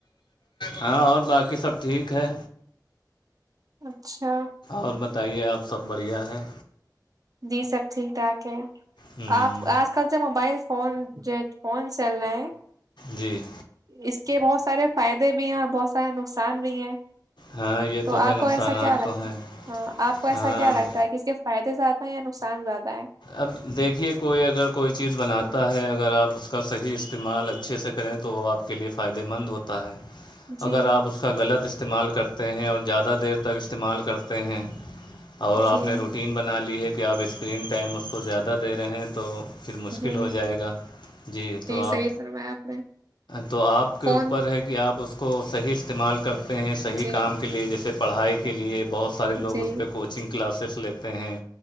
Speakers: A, on the left; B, on the right.
A: ہاں اور باقی سب ٹھیک ہے
B: اچھا
A: اور بتائیے آپ سب بڑھیا ہے
B: جی سب ٹھیک ٹھاک ہے
A: ہم،
B: آپ آج آ کل جو موبائل فون جو ایک فون سل ہے
A: جی
B: اس کے بہت سارے فائدے بھی ہیں اور بہت سارے نقصان بھی ہیں
A: ہاں یہ
B: تو آپ
A: ہے نقصانات
B: کو ایسا کیا لگتا
A: تو ہیں
B: ہاں آپ کو ایسا
A: ہاں
B: کیا لگتا ہے کہ اس کے فائدے زیادہ ہیں یا نقصان زیادہ ہے
A: اب دیکھیے کوئی اگر کوئی چیز بناتا ہے اگر آپ اس کا صحیح استعمال اچھے سے کریں تو وہ آپ کے لیے فائدے مند ہوتا ہے
B: جی
A: اگر آپ اس کا غلط استعمال کرتے ہیں اور زیادہ دیر تک استعمال کرتے ہیں اور آپ
B: جی
A: نے روٹین بنا لی ہے کہ آپ اسکرین ٹائم اس کو زیادہ دے رہے ہیں تو پھر مشکل
B: جی
A: ہو جائے گا جی تو آپ
B: صحیح فرمایا آپ نے
A: تو آپ کے
B: فون
A: اوپر ہے کہ آپ اس کو صحیح استعمال کرتے ہیں صحیح
B: جی
A: کام کے لیے جیسے پڑھائی کے لیے بہت سارے لوگ
B: جی
A: اس پہ کوچنگ کلاسز لیتے ہیں